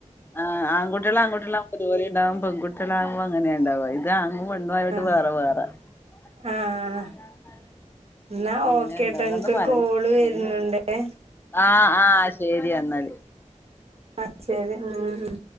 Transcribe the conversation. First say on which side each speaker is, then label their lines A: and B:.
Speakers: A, on the left; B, on the right.
A: ആഹ് ആൺകുട്ടികൾ ആൺകുട്ടികൾ അതുപോലെ ഉണ്ടാവും പെൺകുട്ടികളാവുമ്പോ അങ്ങനെ ഉണ്ടാവാ ഇതാണ്ണും പെണ്ണും ആയോണ്ട്
B: ആഹ്
A: വേറെ വേറെ. <unintelligible>
B: ആഹ് എന്നാ
A: അങ്ങനെയാ
B: ഓക്കേ
A: ഇണ്ടാവാന്ന്
B: ട്ടോ എനിക്കൊരു
A: പറയണ്
B: കോള്
A: അങ്ങനെയാ
B: വരുന്നുണ്ടെ.
A: ആഹ് ആഹ് ശരി എന്നാല്.
B: ആഹ് ശെരി ഉം.